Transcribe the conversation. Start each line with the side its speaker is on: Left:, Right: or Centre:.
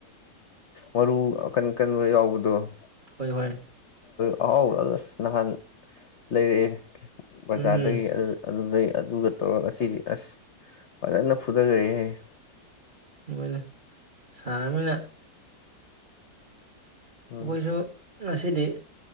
Left: ꯃꯔꯨ ꯑꯀꯟ ꯑꯀꯟꯕ ꯌꯥꯑꯣꯕꯗꯣ <unintelligible>
Right: ꯍꯣꯏ ꯍꯣꯏ
Left: ꯑꯍꯥꯎꯕꯗ ꯎꯁ ꯅꯍꯥꯟ ꯂꯩꯔꯛꯑꯦ ꯕꯥꯖꯔꯗꯒꯤ
Right: ꯎꯝ
Left: ꯑꯗꯨꯗꯩꯩ ꯑꯗꯨꯒꯥ ꯇꯧꯔꯥ ꯉꯑꯁꯤꯗꯤ ꯎꯗ ꯐꯖꯅꯥ ꯐꯨ <unintelligible>
Right: ꯍꯧꯅꯦ ꯁꯔꯥꯃꯤꯅꯥ
Left: ꯎꯝ
Right: ꯑꯈꯣꯏꯁꯨ ꯉꯁꯤꯗꯤ